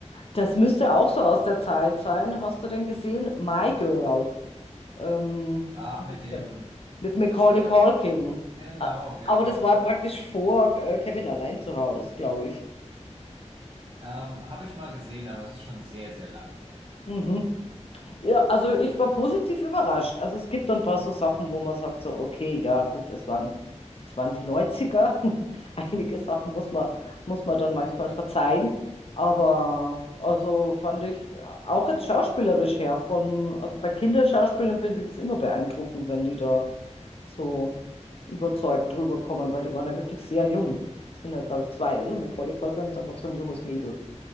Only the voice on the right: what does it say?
Ach, mit
dem.
Da spielt
er. Genau,
genau.
Der
Spiel.
Ähm, habe ich mal gesehen, aber es ist schon sehr, sehr lang her.